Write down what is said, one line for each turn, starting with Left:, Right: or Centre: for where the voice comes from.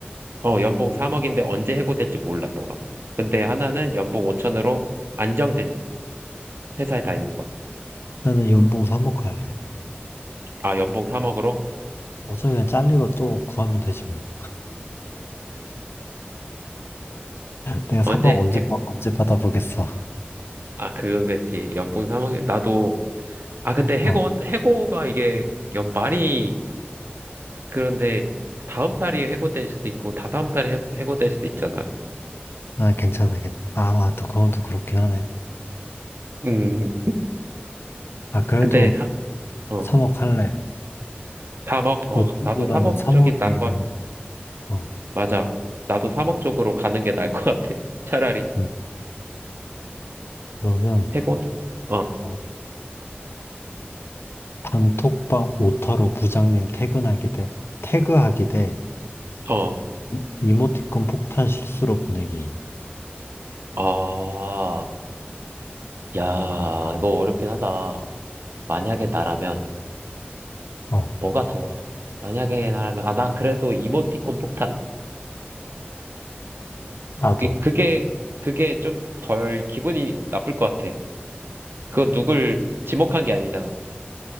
Right: 어, 연봉 3억인데 언제 해고될지 몰라, 너가. 근데 하나는 연봉 5천으로 안정된 회사에 다니는 거.
Left: 나는 연봉 삼억 할래.
Right: 아, 연봉 3억으로?
Left: 어차피 그냥 잘리고 또 구하면 되지 뭐. 내가
Right: 언제,
Left: 3억 언제,
Right: 해...
Left: 받- 언제 받아보겠어.
Right: 아, 그건 그렇지. 연봉 3억, 나도, 아, 근데 해고,
Left: 어,
Right: 해고가 이게 연 말이 그런데 다음 달이 해고될 수도 있고, 다다음 달에 해고- 해고될 수도 있잖아.
Left: 아, 괜찮아, 괜찮아. 아, 와, 또 그건 또 그렇긴 하네.
Right: 음,
Left: 아, 그래도
Right: 근데 사, 어.
Left: 3억 할래.
Right: 3억, 어,
Left: 보통보다는
Right: 나도 3억
Left: 3억이란
Right: 쪽이 난 것,
Left: 거. 어,
Right: 맞아. 나도 3억 쪽으로 가는 게 나을 것 같아. <laughs> 차라리.
Left: 음. 그러면,
Right: 해본? 어,
Left: 어, 단톡방 오타로 부장님 퇴근하기 대, 태그하기 대,
Right: 어,
Left: 이- 이모티콘 폭탄 실수로 보내기.
Right: 아, 야, 이거 어렵긴 하다. 만약에 나라면,
Left: 어,
Right: 뭐가 더, 만약에 나라면, 아, 나 그래도 이모티콘 폭탄.
Left: 나도.
Right: 이, 그게, 그게 좀 덜 기분이 나쁠 것 같아. 그건 누굴 지목한 게 아니잖아.